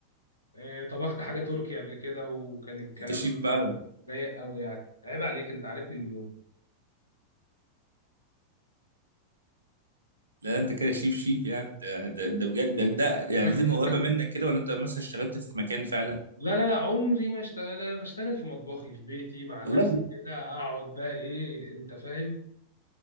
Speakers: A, on the left; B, on the right.
A: آه، طبخت حاجة تركي قبل كده وكان الكلام
B: انت شيف بقى
A: آه، ضيق قوي يعني عيب عليك انت عارفني من يوم
B: لا انت كده شيف شيف يعني ده ده, ده بجد ده, ده يعني دي
A: <laughs>
B: موهبه منك كده ولا انت مثلا اشتغلت في مكان فعلا
A: لا لا لا عمري ما اشتغل انا بشتغل في مطبخي في بيتي مع
B: والله
A: نفسي كده اقعد بقى ايه انت فاهم